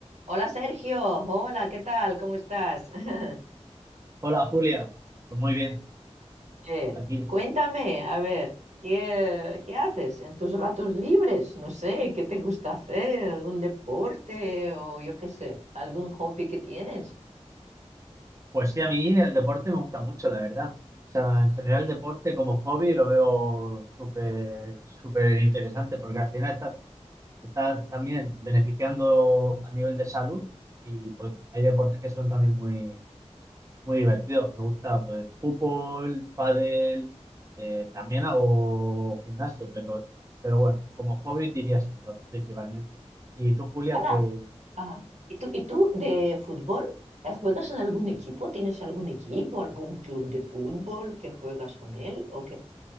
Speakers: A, on the right; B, on the right.
A: Hola Sergio, hola, ¿qué tal? ¿Cómo estás? <laughs>
B: Hola Julia, pues muy bien,
A: Eh,
B: aquí.
A: cuéntame, a ver, ¿qué, qué haces en tus ratos libres? No sé, ¿qué te gusta hacer? ¿Algún deporte o yo qué sé, algún hobby que tienes?
B: Pues sí, a mí el deporte me gusta mucho, la verdad. O sea, en general el deporte como hobby lo veo súper, súper interesante porque al final está, está también beneficiando a nivel de salud y pues hay deportes que son también muy, muy divertidos. Me gusta pues fútbol, pádel, eh, también hago gimnasio, pero, pero bueno, como hobby diría esos dos principalmente. ¿Y tú, Julia,
A: ¡Hala!
B: qué,
A: Ajá. ¿Y tú, y tú de fútbol? eh, ¿Juegas en algún equipo? ¿Tienes algún equipo, algún club de fútbol que juegas con él? o